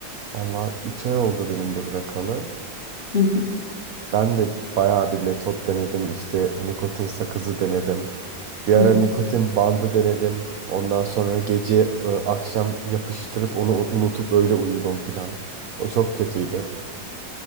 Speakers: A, on the right; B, on the left.
A: Valla 3 ay oldu benim de bırakalı.
B: Hı hı,
A: Ben de bayağı bir metot denedim. İşte nikotin sakızı denedim. Bir
B: hı
A: ara nikotin bandı denedim. Ondan sonra gece e, akşam yapıştırıp onu u- unutup öyle uyudum filan. O çok kötüydü.